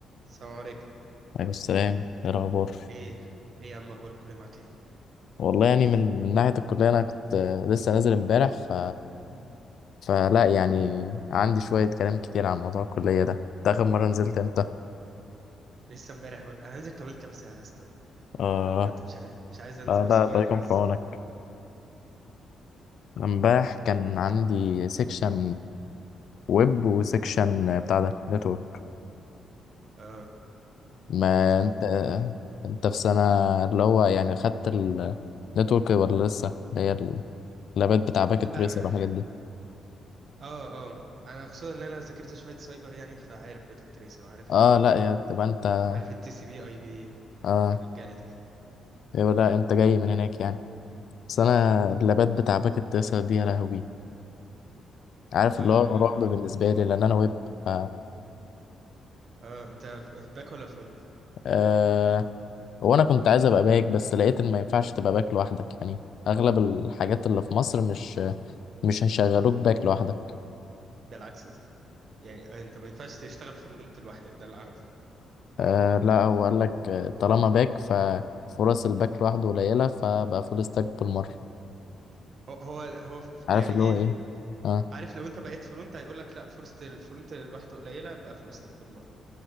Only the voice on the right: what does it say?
السلام عليكم
ايه ايه يا عم اخبار الكليه معاك ايه
لسه امبارح برضه انا هنزل كمان كام ساعه يا اسطى
انا بجد مش عايز مش عايز انزل
بس
ورايا
كويز
اه
تمام
دور
لا
اه اه انا خصوصا ان انا ذاكرت شويه سايبر يعني فعارف باكيت تريسر وعارف
آه،
عارف التي سي بي اي بي
الرجاله دي
اه
اه
اه انت في في باك ولا فرونت
ده العكس يا اسطى يعني انت ما ينفعش تشتغل فرونت لوحدك ده اللي اعرفه
هو هو هو ف-
يعني
ايه
عارف لو انت بقيت فرونت هيقول لك لا فرصة الفرونت لوحده قليلة يبقى فول ستاك بالمرة